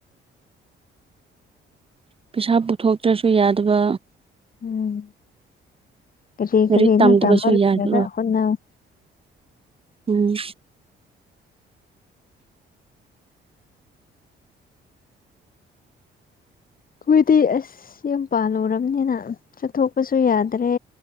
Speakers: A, on the right (about 30°); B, on the left (about 45°).
A: ꯄꯩꯁꯥ ꯄꯨꯊꯣꯛꯇ꯭ꯔꯁꯨ ꯌꯥꯗꯕ
B: ꯎꯝ ꯀꯔꯤ
A: ꯂꯥꯏꯔꯤꯛ
B: ꯀꯔꯤꯅꯣ
A: ꯇꯝꯗꯕꯁꯨ
B: ꯇꯝꯕ ꯂꯣꯏꯔꯒ
A: ꯌꯥꯗꯕ
B: ꯍꯣꯠꯅꯧ
A: ꯎꯝ
B: ꯑꯩꯈꯣꯏꯗꯤ ꯑꯁ ꯌꯥꯝ ꯄꯥꯜꯂꯨꯔꯕꯅꯤꯅ ꯆꯠꯊꯣꯛꯄꯁꯨ ꯌꯥꯗ꯭ꯔꯦ